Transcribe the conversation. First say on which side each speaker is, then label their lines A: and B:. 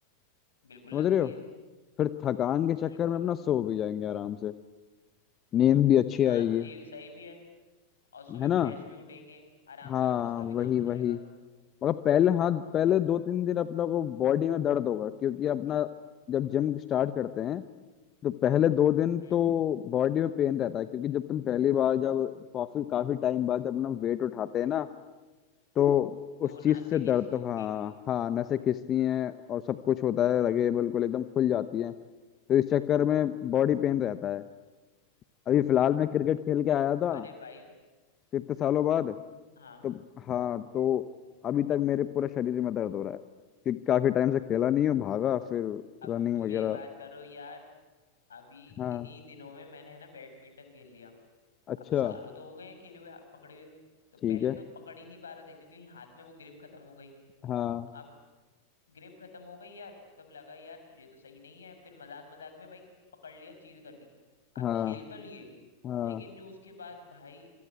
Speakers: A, on the left (about 80°); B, on the left (about 30°).
A: बिल्कुल
B: समझ
A: लगती
B: रहे हो
A: है
B: फिर थकान के चक्कर
A: बिल्कुल
B: में अपना सो भी जाएंगे आराम से नींद भी अच्छी
A: हाँ
B: आएगी
A: तो ये सही भी है और सुबह
B: है ना
A: फ्रेश भी उठेंगे आराम
B: हाँ
A: से ऑफिस का
B: वही
A: भी काम हो
B: वही
A: जाएगा
B: मगर पहले हाँ पहले दो तीन दिन अपना को बॉडी में दर्द होगा क्योंकि अपना जब जिम स्टार्ट करते हैं तो पहले दो दिन
A: हम्म
B: तो बॉडी में पेन रहता है क्योंकि जब तुम पहली बार जब काफी काफी टाइम बाद जब अपना वेट उठाते हैं ना तो
A: तो
B: उस
A: वो नसें
B: चीज से दर्द
A: खींचती
B: तो
A: होंगी
B: हाँ हाँ नसें खिंचती हैं और सब कुछ होता है लगे बिल्कुल एकदम खुल जाती हैं तो इस चक्कर में बॉडी पेन रहता है अभी फिलहाल मैं क्रिकेट खेल के आया था
A: अरे भाई
B: कितने सालों बाद
A: हाँ
B: तो हाँ तो अभी तक मेरे पूरे शरीर में दर्द हो रहा है क्योंकि काफी टाइम से खेला नहीं हूँ भागा फिर
A: अब
B: रनिंग
A: तुम
B: वगैरह
A: ये बात करो यार अभी
B: हाँ
A: इन्हीं दिनों में मैंने है ना बैडमिंटन खेल लिया
B: अच्छा
A: अब सालों तो हो गए हैं खेले हुए हा- पकड़े हुए तो पहले
B: ठीक है
A: तो पकड़ ही नहीं पा रहा सही से क्योंकि हाथ में वो ग्रिप खत्म हो गई
B: हाँ
A: अब ग्रिप खत्म हो गई यार तब लगा यार ये तो सही नहीं है फिर मजाक मजाक में भाई पकड़ लिया चीज करी आप
B: हाँ
A: खेल तो लिए
B: हाँ
A: लेकिन जो उसके बाद भाई